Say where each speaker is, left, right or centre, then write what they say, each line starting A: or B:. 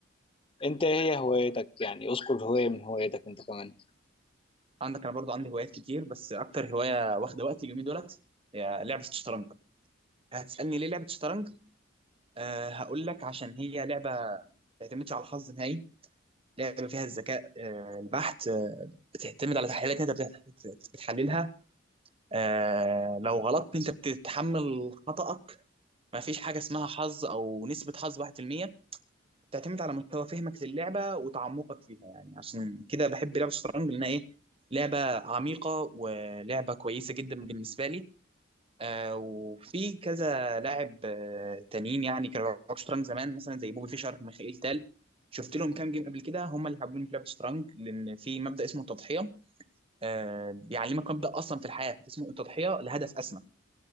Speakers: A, on the left; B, on the right.
A: انت ايه هي هوايتك يعني اذكر هواية من هوايتك انت كمان
B: عندك انا برضو عندي هوايات كتير بس اكتر هواية واخدة وقتي اليومين دولت هي لعبة الشطرنج هتسألني ليه لعبة الشطرنج آه هقول لك عشان هي لعبة ما بتعتمدش على الحظ نهائي لعبه فيها الذكاء آه، البحت آه، بتعتمد على تحليلات انت بتحت- بتحللها آه، لو غلطت انت بتتحمل خطأك ما فيش حاجه اسمها حظ او نسبه حظ 1% بتعتمد على مستوى فهمك للعبه وتعمقك فيها يعني عشان كده بحب لعبه الشطرنج لانها ايه لعبه عميقه ولعبه كويسه جدا بالنسبه لي آه وفي كذا لاعب آه تانيين يعني كانوا بيلعبوا شطرنج زمان مثلا زي بوبي فيشر ميخائيل تال شفت لهم كام جيم قبل كده هم اللي حبوني في لعبه الشطرنج لان في مبدا اسمه التضحيه آه بيعلمك مبدا اصلا في الحياه اسمه التضحيه لهدف اسمى